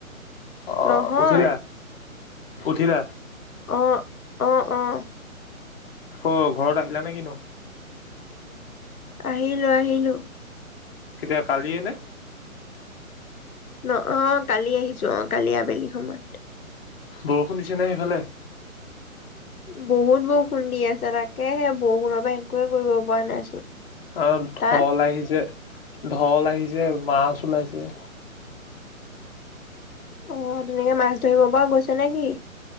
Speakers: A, on the left (about 45°); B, on the left (about 80°).
A: অ'
B: নহয়
A: উঠিলা-উঠিলা?
B: অঁহ', -অঁ', -অঁ',।
A: অ' ঘৰত আহিলা নেকি তুমি?
B: আহিলো-আহিলো।
A: কেতিয়া, কালিয়ে নে?
B: নহয়, অঁ' কালি আহিছোঁ, অঁ' কালি আবেলি সময়ত।
A: বৰষুণ দিছে নে সেইফালে?
B: বহুত বৰষুণ দি আছে তাকে হে বৰষুণৰ পৰা একোৱে কৰিব পৰা নাইচোন।
A: আৰু ঢল
B: তাত
A: আহিছে, ঢল আহিছে মাছ ওলাইছে।
B: অ' তেনেকে মাছ ধৰিব পৰা গৈছে নে কি?